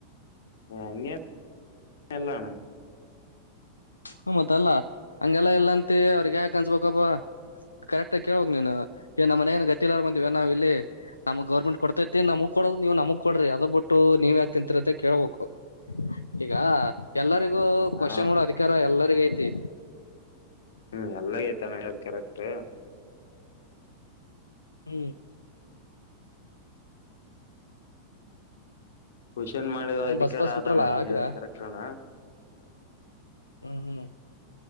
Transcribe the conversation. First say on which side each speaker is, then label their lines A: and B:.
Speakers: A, on the left (about 60°); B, on the left (about 80°).
A: ಹಂಗೇ ಎಲ್ಲಣ
B: ಹ್ಮ ಮತ್ತಲ್ಲಾ ಹಂಗೆಲ್ಲಾ ಇಲ್ಲಂತಿ ಅವ್ರಗ್ ಯಾಕ ಅನ್ಸ್ಬೇಕಪ್ಪಾ ಕರೆಕ್ಟ್ ಆಗ ಕೇಳ್ಬೇಕಕ್ ನೀನು ಈ ನಮ್ಮ ಮನೇನ್ ಗತಿಲಾರ ಬಂದಿವ ನಾವ ಇಲ್ಲಿ ನಮಗ್ ಗೌರ್ಮೆಂಟ್ ಕೊಡ್ತೈತಿ ನಮಗ್ ಕೊಡದು ನೀವ್ ನಮಗ್ ಕೊಡ್ರಿ ಅದ ಬಿಟ್ಟು ನೀವ್ ಯಾಕ ತಿಂತರತ್ತ ಕೇಳ್ಬೇಕು ಈಗ ಎಲ್ಲರಿಗೂ ಕ್ವಶನ್
A: ಹಣ
B: ನೋಡ ಅದಕ್ಕೆ ಎಲ್ಲರಿಗಐತಿ.
A: ಹ್ಮ್ ಎಲ್ಲಗೈತಾನ ಹೇಳದ್ ಕರೆಕ್ಟ್.
B: ಹ್ಮ್.
A: ಕ್ವಷನ್ ಮಾಡಿ
B: ಮತ್ತೇನ್
A: ಅಧಿಕಾರ
B: ಬಸ್ ಪಾಸ್
A: ಆದಣ್ಣ
B: ಬಿಟ್ರಲ್ಲ
A: ನೀ
B: ಹಾಕಿದ
A: ಕರೆಕ್ಟಣ.
B: ಹ್ಮ್ ಹ್ಮ್.